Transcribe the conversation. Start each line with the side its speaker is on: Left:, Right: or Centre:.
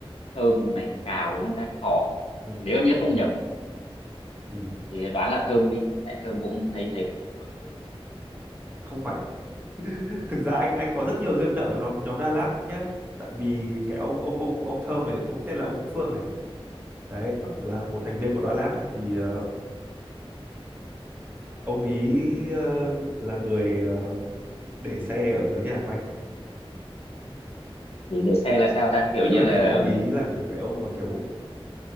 Left: thơm này, cào đúng không ta? Thọ.
Right: Ừ,
Left: Nếu em nhớ không
Right: ừ,
Left: nhầm
Right: ừ,
Left: thì đoán là thơm đi. Tại thơm cũng thấy thấy cũng nổi nổi.
Right: không phải. <laughs> Thực ra anh anh có rất nhiều duyên nợ với nhóm nhóm Đà Lạt nhá. Tại vì cái ông ông ông ông Thơm này cũng tên là ông Phương này. Đấy
Left: Ờ,
Right: là một thành viên của Đà Lạt ấy thì ờ, ông ý ờ, là người ờ, để xe ở dưới nhà của anh
Left: Thì để xe là sao ta? Kiểu
Right: tức
Left: như
Right: là
Left: là
Right: kiểu ông ý là kiểu cái ông mà kiểu